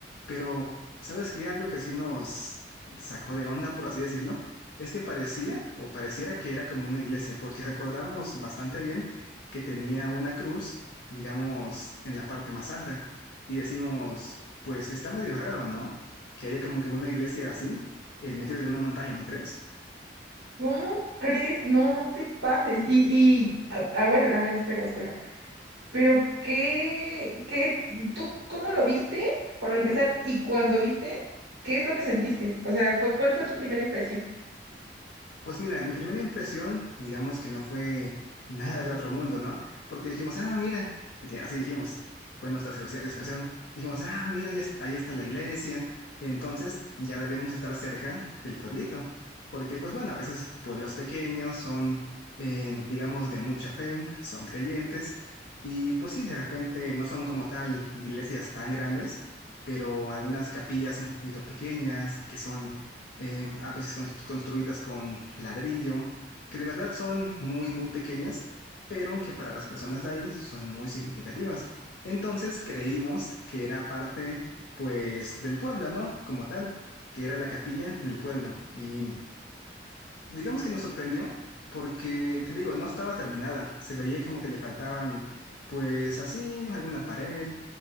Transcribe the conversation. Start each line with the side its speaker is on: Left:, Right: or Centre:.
Left: pero ¿sabes qué? Algo que sí nos sacó de onda, por así decirlo, es que parecía o pareciera que era como una iglesia, porque recordamos bastante bien que tenía una cruz, digamos, en la parte más alta, y decimos, pues está medio raro, ¿no? Que haya como que una iglesia así en medio de una montaña, ¿no crees?
Right: ¿cómo crees? No, no te pases. Y, y a, a ver, a ver, espera, espera. Pero qué, qué, ¿tú cómo lo viste? Para empezar, y cuando viste, ¿qué es lo que sentiste? O sea, fue, ¿cuál fue tu primera impresión?
Left: Pues mira, mi primera impresión, digamos que no fue nada del otro mundo, ¿no? Porque dijimos, ah, mira, y di- así dijimos, fue nuestra expresi- expresión. Dijimos, ah, mira, ahí está, ahí está la iglesia, entonces ya debemos estar cerca del pueblito, porque pues bueno, a veces pueblos pequeños son, eh, digamos, de mucha fe, son creyentes, y pues sí, de repente no son como tal iglesias tan grandes, pero algunas capillas un poquito pequeñas, que son eh, a veces cons- construidas con ladrillo, que de verdad son muy, muy pequeñas, pero que para las personas de ahí son muy significativas. Entonces creímos que era parte, pues, del pueblo, ¿no? Como tal, que era la capilla del pueblo. Y digamos que nos sorprendió porque, te digo, no estaba terminada, se veía como que le faltaban, pues, así, alguna pared,